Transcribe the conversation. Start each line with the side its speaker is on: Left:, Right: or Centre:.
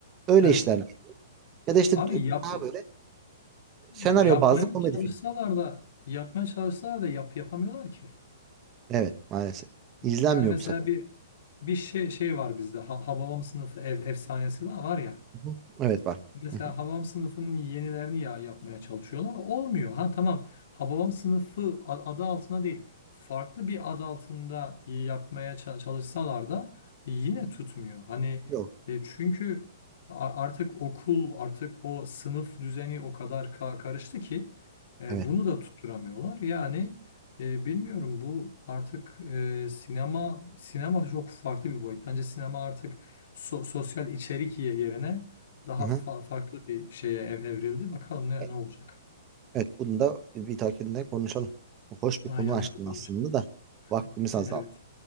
Right: Öyle
Left: Evet.
Right: işler. Ya da işte
Left: Abi
Right: e,
Left: yap
Right: daha böyle senaryo
Left: yapmaya
Right: bazlı komedi
Left: çalışsalar
Right: filmi.
Left: da yapmaya çalışsalar da yap yapamıyorlar ki.
Right: Evet, maalesef. İzlenmiyor
Left: Yani mesela
Right: bu sefer.
Left: bir bir şey şey var bizde. Ha, Hababam sınıfı ef efsanesi var, var ya.
Right: Hı hı. Evet var.
Left: Mesela
Right: Hı hı.
Left: Hababam sınıfının yenilerini ya yapmaya çalışıyorlar. Olmuyor. Ha tamam. Hababam sınıfı a- adı altına değil. Farklı bir adı altında yapmaya ça- çalışsalar da yine tutmuyor. Hani
Right: Yok.
Left: e, çünkü a- artık okul, artık o sınıf düzeni o kadar ka- karıştı ki e,
Right: Evet.
Left: bunu da tutturamıyorlar. Yani e, bilmiyorum bu artık e, sinema sinema çok farklı bir boyut. Bence sinema artık so- sosyal içerik ye- yerine daha
Right: Hı hı.
Left: fa- farklı bir şeye ev- evrildi. Bakalım ne
Right: E,
Left: ne olacak.
Right: Evet, bunu da bir dahakinde konuşalım. Hoş bir
Left: Aynen
Right: konu açtın
Left: abi konuşalım.
Right: aslında da vaktimiz
Left: <laughs>
Right: azaldı.
Left: Evet.